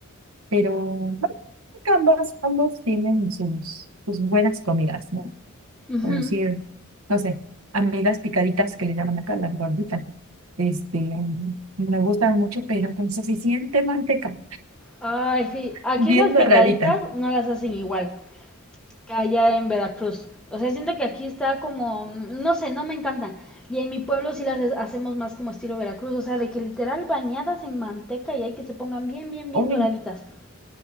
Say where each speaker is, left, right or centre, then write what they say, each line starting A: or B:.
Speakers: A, on the right; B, in the centre.
A: pero bueno, creo que ambos, ambos tienen sus, sus buenas comidas, ¿no?
B: Ujú.
A: Pero sí es, no sé, a mí las picaditas que le llaman acá, las gorditas, este, me gustan mucho, pero con suficiente manteca,
B: Ay, sí. Aquí
A: bien
B: las picaditas
A: doraditas,
B: no las hacen igual que allá en Veracruz. O sea, siento que aquí está como, no sé, no me encantan. Y en mi pueblo sí las ha- hacemos más como estilo Veracruz, o sea, de que literal bañadas en manteca y hay que se pongan bien, bien, bien
A: uy,
B: doraditas.